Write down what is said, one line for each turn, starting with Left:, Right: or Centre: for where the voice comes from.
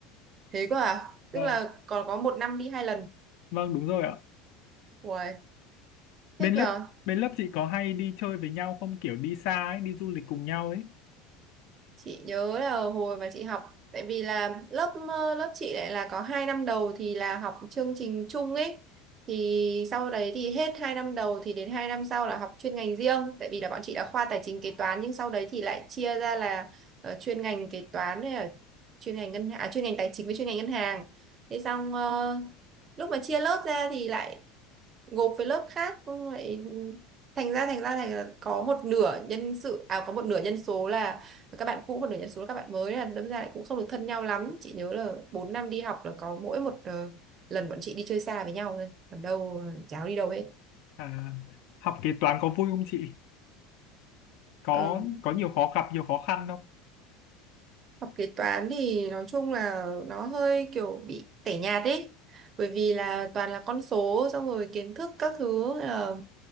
Right: Thế cơ à? Tức
Left: Vâng,
Right: là còn có một năm đi hai lần.
Left: vâng đúng rồi ạ.
Right: Ui, thích
Left: bên lớp
Right: nhờ.
Left: bên lớp chị có hay đi chơi với nhau không kiểu đi xa ấy đi du lịch cùng nhau ấy
Right: chị nhớ là hồi mà chị học tại vì là lớp ờ, lớp chị lại là có hai năm đầu thì là học chương trình chung ấy thì sau đấy thì hết hai năm đầu thì đến hai năm sau là học chuyên ngành riêng tại vì là bọn chị là khoa tài chính kế toán nhưng sau đấy thì lại chia ra là ờ, chuyên ngành kế toán với là chuyên ngành ngân à, chuyên ngành tài chính với chuyên ngành ngân hàng thế xong ờ, lúc mà chia lớp ra thì lại gộp với lớp khác xong lại thành ra thành ra thành là có một nửa nhân sự à có một nửa nhân số là các bạn cũ một nửa nhân số là các bạn mới là đâm ra lại cũng không được thân nhau lắm chị nhớ là 4 năm đi học là có mỗi một ờ, lần bọn chị đi chơi xa với nhau thôi còn đâu ờ, cháu đi đâu hết
Left: à học kế toán có vui không chị có
Right: ừ.
Left: có nhiều khó gặp nhiều khó khăn không
Right: Học kế toán thì nói chung là nó hơi kiểu bị tẻ nhạt ấy. Bởi vì là toàn là con số xong rồi kiến thức các thứ là